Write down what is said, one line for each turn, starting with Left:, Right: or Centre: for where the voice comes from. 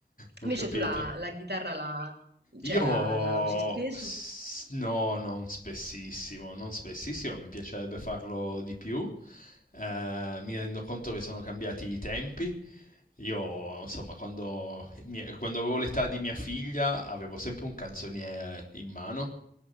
Left: ho
Right: Invece
Left: capito.
Right: tu la, la chitarra la, cioè
Left: Io
Right: la la usi spesso?
Left: s- no, non spessissimo, non spessissimo, mi piacerebbe farlo di più. Eh, mi rendo conto che sono cambiati i tempi, Io, insomma, quando, mi- quando avevo l'età di mia figlia avevo sempre un canzoniere in mano,